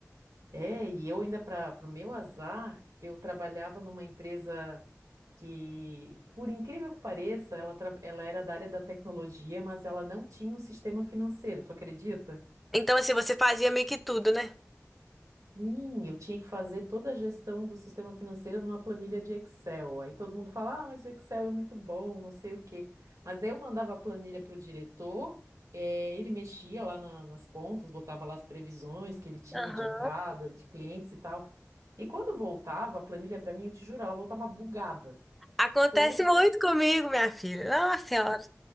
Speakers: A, on the right; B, in the centre.
A: É, e eu ainda, para o meu azar, eu trabalhava numa empresa que, por incrível que pareça, ela, tra- ela era da área da tecnologia, mas ela não tinha um sistema financeiro, tu acredita?
B: Então, assim, você fazia meio que tudo, né?
A: Sim, eu tinha que fazer toda a gestão do sistema financeiro numa planilha de Excel. Aí todo mundo fala, ah, mas o Excel é muito bom, não sei o quê. Mas aí eu mandava a planilha para o diretor, eh, ele mexia lá na- nas contas, botava lá as previsões que ele tinha
B: Aham.
A: de entrada, de clientes e tal. E quando voltava a planilha para mim, eu te juro, ela voltava bugada.
B: Acontece
A: Toda.
B: muito comigo, minha filha. Nossa senhora.